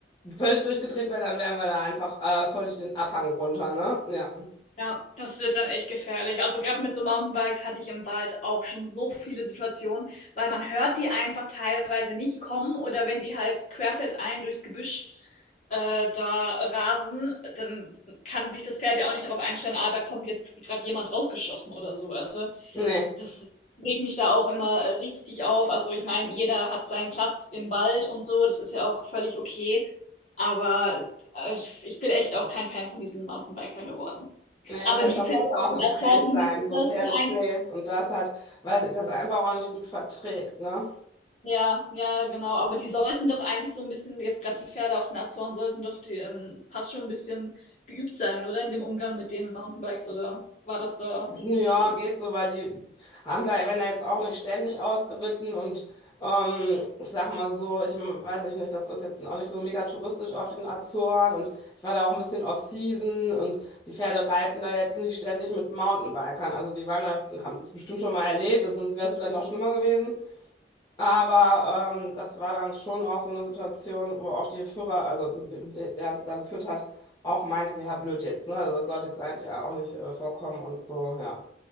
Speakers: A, on the left; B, on the left.
A: völlig durchgedreht wäre, dann wären wir da einfach äh, völlig den Abhang runter, ne? Ja.
B: Ja, das wird dann echt gefährlich. Also gerade mit so Mountainbikes hatte ich im Wald auch schon so viele Situationen, weil man hört die einfach teilweise nicht kommen oder wenn die halt querfeldein durchs Gebüsch äh, da rasen, dann kann sich das Pferd ja auch nicht darauf einstellen, ah, da kommt jetzt gerade jemand rausgeschossen oder so. Also
A: Nee.
B: das regt mich da auch immer richtig auf. Also ich meine, jeder hat seinen Platz im Wald und so, das ist ja auch völlig okay. Aber äh, ich, ich bin echt auch kein Fan von diesen Mountainbikern geworden.
A: Nee,
B: Aber
A: ich finde,
B: die
A: das
B: Pferde
A: müsste
B: auf
A: auch
B: den
A: getrennt
B: Azoren, die
A: sein,
B: müssen
A: so
B: das
A: Pferdetrails
B: ja eigentlich.
A: und das halt, weil sie das einfach auch nicht gut verträgt, ne?
B: Ja, ja, genau. Aber die sollten doch eigentlich so ein bisschen, jetzt gerade die Pferde auf den Azoren sollten doch die, ähm, fast schon ein bisschen geübt sein, oder? In dem Umgang mit den Mountainbikes, oder war das da irgendwie
A: Ja,
B: nicht so?
A: geht so, weil die haben da, werden da jetzt auch nicht ständig ausgeritten und ähm, ich sag mal so, ich m- weiß ich nicht, das ist jetzt auch nicht so mega touristisch auf den Azoren und ich war da auch ein bisschen off-season und die Pferde reiten da jetzt nicht ständig mit Mountainbikern. Also die waren da, haben das bestimmt schon mal erlebt, sonst wäre es vielleicht noch schlimmer gewesen. Aber ähm, das war dann schon auch so eine Situation, wo auch der Führer, also der, der uns da geführt hat, auch meinte, ja, blöd jetzt, ne? Also das sollte jetzt eigentlich auch nicht äh, vorkommen und so, ja.